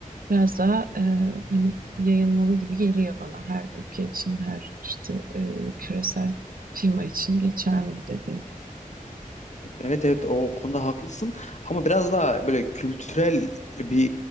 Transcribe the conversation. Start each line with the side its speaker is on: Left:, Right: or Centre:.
Right: biraz daha e, hani yayılmalı gibi geliyor bana her ülke için, her işte e, küresel firma için geçerli bu dediğim.
Left: Evet evet o konuda haklısın ama biraz daha böyle kültürel bir